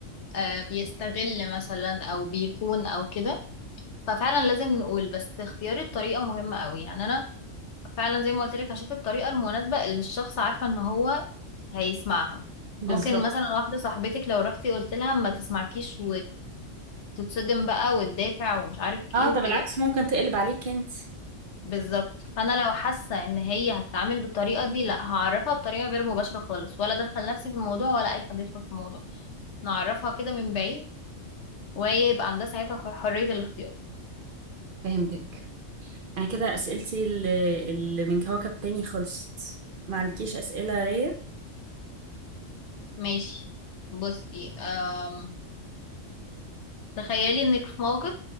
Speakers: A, on the left; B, on the right.
A: آه، بيستغل مثلا او بيخون او كده ففعلا لازم نقول بس اختيار الطريقة مهمة قوي يعني انا فعلا زي ما قلت لك هشوف الطريقة المناسبة اللي الشخص عارفة ان هو هيسمعها
B: بالظبط
A: ممكن مثلا واحدة صاحبتك لو رحتي قلت لها ما تسمعكيش وتتصدم بقى وتدافع ومش عارف
B: اه
A: ايه وكده
B: ده بالعكس ممكن تقلب عليك انت
A: بالظبط فانا لو حاسة ان هي هتتعامل بالطريقة دي لا هعرفها بطريقة غير مباشرة خالص ولا ادخل نفسي في الموضوع ولا اي حد يدخل في الموضوع نعرفها كده من بعيد وهي يبقى عندها ساعتها حرية الاختيار
B: فهمتك انا كده اسئلتي اللي, اللي من كوكب تاني خلصت ما عندكيش اسئله ليا
A: ماشي بصي أم... تخيلي انك في موقف